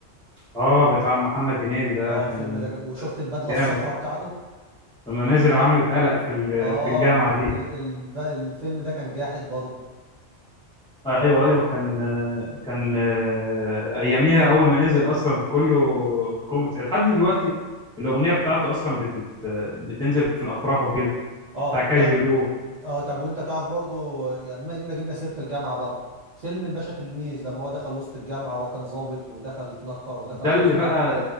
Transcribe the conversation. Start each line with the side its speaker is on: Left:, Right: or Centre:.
Centre: آه بتاع محمد هنيدي ده
Right: اه
Centre: كان
Right: الفيلم ده كان وشفت البدله
Centre: جامد
Right: الصفراء بتاعته
Centre: لما نزل عمل اتقلق في ال-
Right: اه
Centre: في الجامعة دي
Right: ال... ال... ب- الفيلم ده كان جاحد برضه
Centre: ايوه ايوه كان كان آه، اياميها اول ما نزل اصلا كله كوميكس لحد دلوقتي الاغنيه بتاعته اصلا بتت... بتنزل في الافراح وكده
Right: اه
Centre: بتاع كاجولو
Right: طب اه طب وانت تعرف برضه يعني بما اننا جبنا سيره الجامعه برضه فيلم الباشا تلميذ لما هو دخل وسط الجامعه وهو كان ضابط ودخل اتنكر ودخل
Centre: ده اللي
Right: وسطهم
Centre: بقى